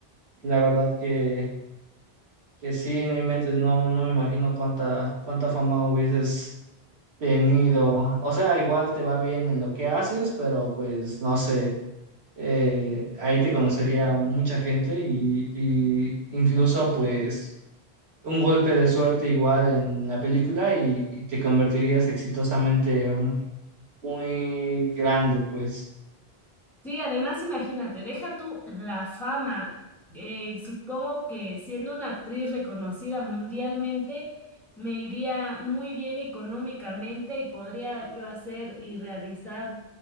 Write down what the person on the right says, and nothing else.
y la verdad que, que sí, no inventes, no, no me imagino cuánta, cuánta fama hubieses tenido. O sea, igual te va bien en lo que haces, pero pues no sé, eh, ahí te conocería mucha gente y, y incluso pues un golpe de suerte igual en la película y, y te convertirías exitosamente muy grande, pues.